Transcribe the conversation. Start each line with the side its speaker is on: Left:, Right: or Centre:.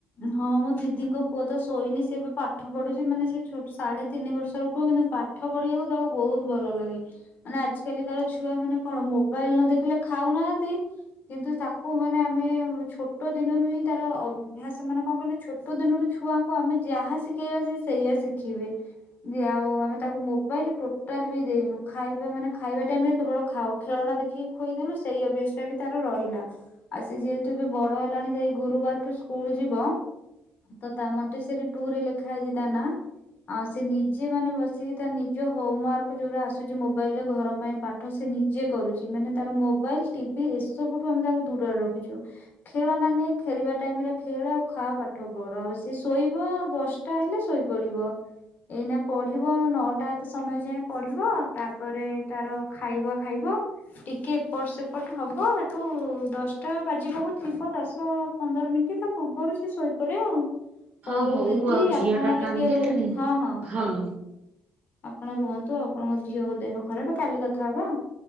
Left: ହଁ, ମୋ ଦିଦିଙ୍କ ପୁଅ ତ ଶୋଇନି ସେ ଏବେ ପାଠ ପଢୁଛି, ମାନେ ସେ ଛୋଟ ସାଢେ ତିନି ବର୍ଷର ପୁଅ କିନ୍ତୁ ପାଠ ପାଠ ପଢିବାକୁ ତାକୁ ବହୁତ ଭଲ ଲାଗେ। ମାନେ ଆଜିକାଲି ଧର ଛୁଆମାନେ କଣ ମୋବାଇଲ ନ ଦେଖିଲେ ଖାଉନାହାନ୍ତି କିନ୍ତୁ ତାକୁ ମାନେ ଆମେ ଛୋଟ ଦିନରୁ ହିଁ ତାର ଅଭ୍ୟାସ ସେମାନେ କଣ କହିଲେ, ଛୋଟ ଦିନରୁ ଛୁଆଙ୍କୁ ଆମେ ଯାହା ଶିଖେଇବା, ସେ ସେଇଆ ଶିଖିବେ। ଯଦି ଆଉ ଆମେ ତାକୁ ମୋବାଇଲ ଟୋଟାଲ ବି ଦେଇନୁ। ଖାଇବା ମାନେ ଖାଇବା ଟାଇମରେ କେବଳ ଖାଅ ଖେଳନା ଦେଖିକି ଖୋଇଦେଲୁ, ସେଇ ଅଭ୍ୟାସଟା ବି ତାର ରହିଲା। ଆଉ ସେ ଯେହେତୁ ଏବେ ବଡ ହେଲାଣି ତ ଏଇ ଗୁରୁବାରଠୁ ସ୍କୁଲ ଯିବ ତ ତା ମଣ୍ଟେସେରୀ ଟୁ ରେ ଲେଖା ହେଇଛି ତା ନା ଆଉ ସେ ନିଜେ ମାନେ ବସିକି ତା ନିଜ ହୋମୱାର୍କ ଯୋଉରା ଆସୁଛି ମୋବାଇଲରେ ଘର ପାଇଁ ପାଠ ପାଠ ସେ ନିଜେ କରୁଛି, ମାନେ ତାର ମୋବାଇଲ, ଟିଭି ଏସବୁଠୁ ଆମେ ତାକୁ ଦୂରରେ ରଖିଛୁ। ଖେଳନା ନେ ଖେଳିବା ଟାଇମରେ ଖେଳ ଆଉ ଖା ପାଠ ପଢ। ଆଉ ସିଏ ଶୋଇବ, ଆଉ ଦଶଟା ହେଲେ ଶୋଇପଡିବ। ଏଇନା ପଢିବ ଆଉ ନଅଟା ଏତେ ସମୟ ଯାଇଁ ପଢିବ, ଆଉ ତାପରେ ତାର ଖାଇବା ଖାଇବ ଟିକେ ଏପଟ ସେପଟ ହବ, ଏଠୁ ଦଶଟା ବାଜିବାକୁ ଥିବ ଦଶ ପନ୍ଦର ମିନ୍ଟି ତ ତା ପୂର୍ବରୁ ସେ ଶୋଇପଡେ ଆଉ। ହଉ
Right: ହଁ
Left: ଦିଦି
Right: ଆଉ ଝିଅ
Left: ଆପଣ
Right: ଟା
Left: ଟିକେ
Right: କାନ୍ଦିଲାଣି
Left: ରୁ ହଁ ହଁ।
Right: ହଁ।
Left: ଆପଣ ରୁହନ୍ତୁ, ଆପଣଙ୍କ ଝିଅଙ୍କ ଦେହ ଖରାପ କାଲି କଥା ହବା ଆଉ।